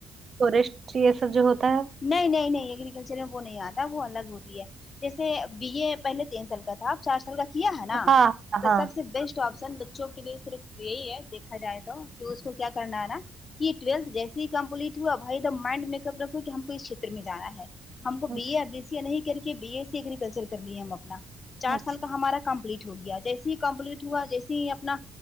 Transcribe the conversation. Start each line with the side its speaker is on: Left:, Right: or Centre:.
Right: فوریسٹ ٹری یہ سب جو ہوتا ہے
Left: نہیں نہیں نہیں ایگریکلچر میں وہ نہیں آتا وہ الگ ہوتی ہے جیسے بی اے پہلے تین سال کا تھا ا چار سال کا کیا ہے نا
Right: ہاں
Left: تو
Right: ہاں
Left: سب سے بیسٹ تو افسر بچوں کے لیے صرف یہی ہے دیکھا جائے تو کہ اس کو کیا کرنا آنا کہ ٹویلتھ جیسے ہی کمپلیٹ ہوا بھائی دا مائنڈ میک اپ رکھو کہ ہم اس چیھتر میں جانا ہے ہم کو بی
Right: اچھا
Left: اے ا بی س نہیں کر کے بی ای سی ایگریکلچر کر لیے ہم اپنا چار
Right: اچھا
Left: سال کا ہمارا کمپلیٹ ہو گیا جیسے ہی کمپلیٹ ہوا جیسے ہی اپنا